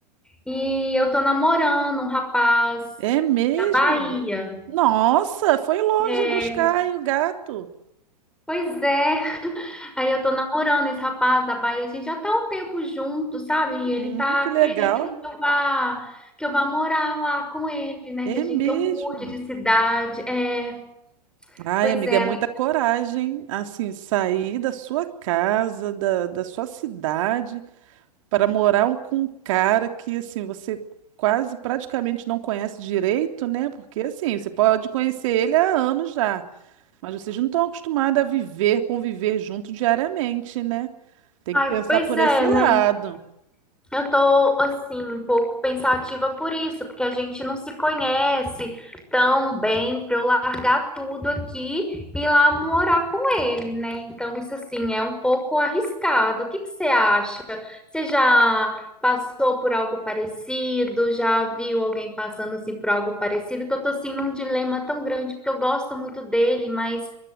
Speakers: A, in the centre; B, on the right.
A: E eu tô namorando um rapaz
B: É mesmo?
A: da Bahia.
B: Nossa, foi longe
A: É,
B: buscar aí o gato.
A: pois é. Aí eu tô namorando esse rapaz da Bahia, a gente já tá um tempo junto, sabe? E ele
B: Hum,
A: tá
B: que legal.
A: querendo que eu vá, que eu vá morar lá com ele, né?
B: É
A: Que a gente,
B: mesmo?
A: que eu mude de cidade. É,
B: Ai,
A: pois
B: amiga,
A: é,
B: é muita
A: amiga.
B: coragem, assim, sair da sua casa, da, da sua cidade, para morar um- com um cara que, assim, você quase praticamente não conhece direito, né? Porque, assim, você pode conhecer ele há anos já, mas vocês não estão acostumados a viver, conviver junto diariamente, né? Tem
A: Ai,
B: que pensar
A: pois
B: por
A: é,
B: esse lado.
A: né? Eu tô, assim, um pouco pensativa por isso, porque a gente não se conhece tão bem para eu largar tudo aqui e ir lá morar com ele, né? Então, isso, assim, é um pouco arriscado. O que que você acha? Você já passou por algo parecido? Já viu alguém passando, assim, por algo parecido? Que eu tô, assim, num dilema tão grande, porque eu gosto muito dele, mas